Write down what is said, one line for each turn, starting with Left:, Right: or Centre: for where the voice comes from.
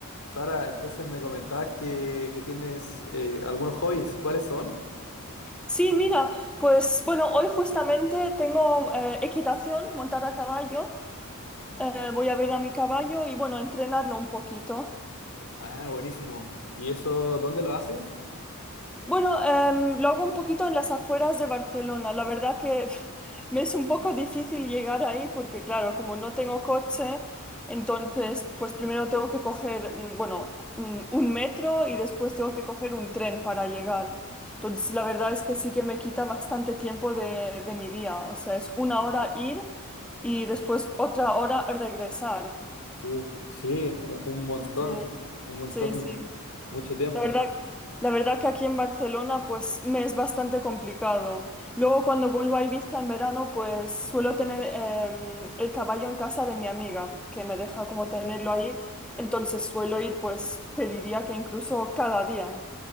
Left: Sara, entonces me comentabas que, que tienes eh, algunos hobbies. ¿Cuáles son?
Centre: Sí, mira, pues bueno, hoy justamente tengo eh, equitación, montar a caballo. Eh, voy a ver a mi caballo y bueno, entrenarlo un poquito.
Left: Ah, buenísimo. ¿Y eso dónde lo haces?
Centre: Bueno, em, lo hago un poquito en las afueras de Barcelona. La verdad que <laughs> pf, me es un poco difícil llegar ahí porque, claro, como no tengo coche, entonces, pues primero tengo que coger, mm, bueno, mm, un metro y después tengo que coger un tren para llegar. Entonces, la verdad es que sí que me quita bastante tiempo de, de mi día. O sea, es una hora ir y después otra hora regresar.
Left: Uf, sí, u- un, montón,
Centre: Sí,
Left: un montón,
Centre: sí, sí.
Left: mucho tiempo.
Centre: La verdad, la verdad que aquí en Barcelona pues me es bastante complicado. Luego cuando vuelvo a Ibiza en verano pues suelo tener em, el caballo en casa de mi amiga que me deja como tenerlo ahí. Entonces suelo ir pues te diría que incluso cada día.